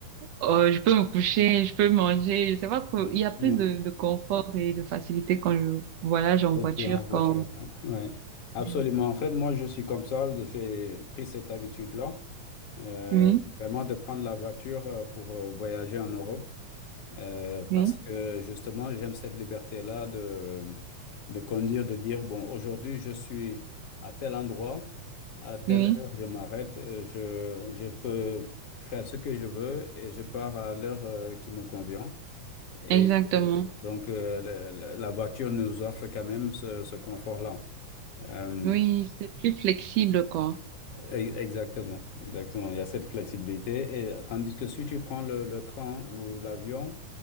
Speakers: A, on the right; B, on the left.
A: Euh, je peux me coucher, je peux manger. Je sais pas trop.
B: Non,
A: Il y a plus
B: non,
A: de, de confort et de facilité quand je voyage en
B: voiture,
A: voiture
B: en voiture,
A: qu'en...
B: euh, ouais. Absolument.
A: Oui,
B: En fait, moi, je suis comme ça. J'ai pris cette habitude-là, euh,
A: oui,
B: vraiment de prendre la voiture euh, pour euh, voyager en Europe. Euh, parce
A: oui,
B: que justement, j'aime cette liberté-là de, de conduire, de dire, bon, aujourd'hui, je suis à tel endroit, à telle
A: oui,
B: heure, je m'arrête, euh, je, je peux faire ce que je veux et je pars à l'heure euh, qui me convient. Et
A: exactement.
B: donc, euh, la, la- la voiture nous offre quand même ce, ce confort-là. Euh,
A: Oui, c'est plus flexible, quoi.
B: e- exactement, exactement. Il y a cette flexibilité. Et tandis que si tu prends le, le train ou l'avion,